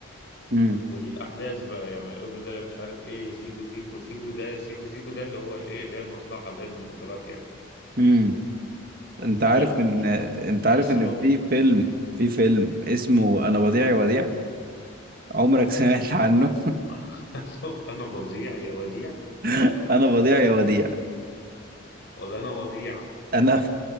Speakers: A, on the right (about 45°); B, on the left (about 55°).
A: ايوه
B: ودي الأحداث بقى يعني يقول له ده مش عارف ايه سيكو سيكو سيكو ده سيكو سيكو ده اللي هو الايه اللي هي المصلحة اللي هي المخدرات يعني
A: امم انت عارف
B: يعني
A: ان
B: بس
A: انت عارف
B: قصة
A: ان
B: لطيفة
A: في فيلم
B: يعني
A: في فيلم اسمه انا وديع يا وديع عمرك سمعت
B: ايه
A: عنه
B: <laughs> انا أنا بضيع يا وديع
A: <laughs> انا وديع يا وديع
B: ولا انا وضيع
A: انا